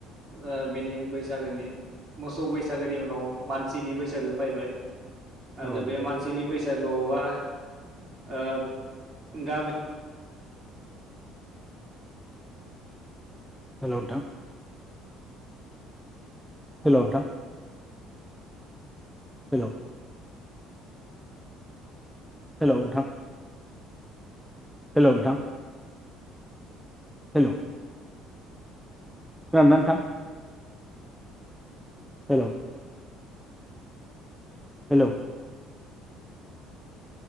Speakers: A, on the right (about 25°); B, in the centre.
A: ओ बिनि बैसागोनि मोसौ बैसागोनि उनाव मानसिनि बैसागो फैबाय। आदो
B: औ
A: बे
B: नंगौ
A: मानसिनि
B: नोंथां
A: बैसागु। बा ओ गामि।
B: हेलौ नोंथां। हेलौ नोंथां। हेलौ। हेलौ नोंथां। हेलौ नोंथां। हेलौ। खोनादोंना नोंथां। हेलौ। हेलौ।